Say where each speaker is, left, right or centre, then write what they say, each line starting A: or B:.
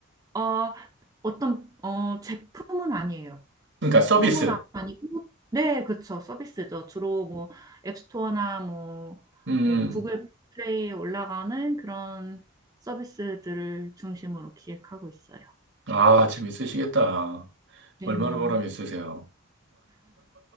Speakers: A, on the right; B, on the right.
A: 어, 어떤, 어, 제품은 아니에요.
B: 그러니까
A: 제품은
B: 서비스.
A: 아- 아니고, 네, 그쵸. 서비스죠. 주로 뭐, 앱스토어나 뭐,
B: 음.
A: 뭐, 구글 플레이에 올라가는 그런 서비스들을 중심으로 기획하고 있어요.
B: 아, 재밌으시겠다.
A: 네네.
B: 얼마나 보람 있으세요?